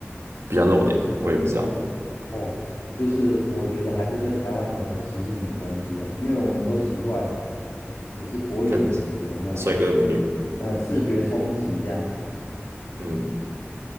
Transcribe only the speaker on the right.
比较露脸啊。我也不知道，
看
帅哥美女，
嗯，